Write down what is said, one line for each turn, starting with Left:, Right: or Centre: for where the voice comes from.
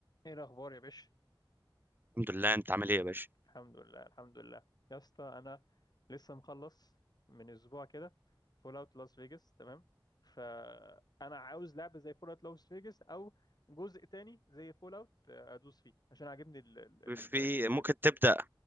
Left: ايه الاخبار يا باشا
Right: الحمد لله انت عامل ايه يا باشا
Left: الحمد لله الحمد لله يا اسطى انا لسه مخلص من اسبوع كده فول اوت لاس فيجاس تمام فانا عاوز لعبه زي فول اوت لاس فيجاس او جزء تاني زي فول اوت ادوس فيه عشان عاجبني ال- ال-
Right: في
Left: الجيم ده
Right: ممكن
Left: جدا
Right: تبدا